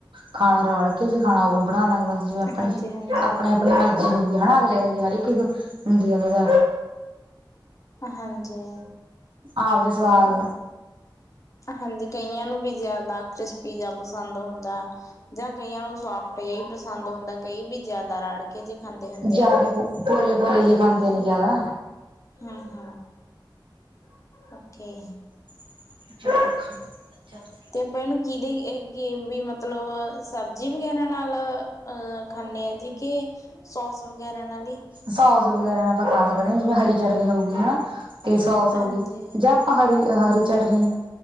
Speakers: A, on the right (about 85°); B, on the left (about 40°).
A: ਖਾਣਾ ਰਲ ਕੇ ਜੇ ਖਾਣਾ ਉਹ ਵੀ ਬਣਾਲਾਂਗੇ। ਜਿਵੇਂ ਆਪਣੇ
B: ਹਾਂਜੀ
A: ਚ
B: ਹਾਂਜੀ।
A: ਆਪਣੀ ਆਪਣੀ ਮਰਜ਼ੀ ਹੁੰਦੀ ਆ। ਅਗਲੇ ਅਗਲੇ ਦੀ ਹਰ ਇੱਕ ਹੁੰਦੀ ਅਗਲੇ ਦਾ
B: ਹਾਂਜੀ।
A: ਆਜ ਸਾਗ
B: ਹਾਂਜੀ ਕਈਆਂ ਨੂੰ ਵੀ ਜ਼ਿਆਦਾ ਕ੍ਰਿਸਪੀ ਜਿਆ ਪਸੰਦ ਹੁੰਦਾ। ਜਾਂ ਕਈਆਂ ਨੂੰ ਸੋਫਟ ਜੇਆ ਈ ਪਸੰਦ ਹੁੰਦਾ, ਕਈ ਵੀ ਜ਼ਿਆਦਾ ਰਾੜ ਜੇ ਖਾਂਦੇ ਹੁੰਦੇ
A: ਜ਼ਿਆਦਾ
B: ਆ।
A: ਭੋਲੇ ਭੋਲੇ ਜੇ
B: ਹਾਂ।
A: ਖਾਂਦੇ ਨੇ ਜ਼ਿਆਦਾ
B: ਹਂ ਹਂ ਓਕੇ।
A: <unintelligible>
B: ਤੇ ਭੈਣ ਕਿਹਦੇ ਏ ਕੀ ਵੀ ਮਤਲਬ ਸਬਜ਼ੀ ਵਗੈਰਾ ਨਾਲ ਅ ਖਾਂਦੇ ਹਾਂ ਜੀ ਕਿ, ਸੋਸ ਵਗੈਰਾ ਨਾਲ ਈ
A: ਸੋਸ ਵਗੈਰਾ ਆਪਾਂ ਖਾ ਸਕਦੇ ਆਂ। <unintelligible> ਜਿਵੇਂ ਹਰੀ ਚਟਨੀ ਹੋ ਗੀ, ਹਨਾਂ ਤੇ ਸੋਸ ਹੋਗੀ
B: ਹਾਂਜੀ
A: ਜਾਂ ਹਰੀ, ਹਰੀ ਚਟਨੀ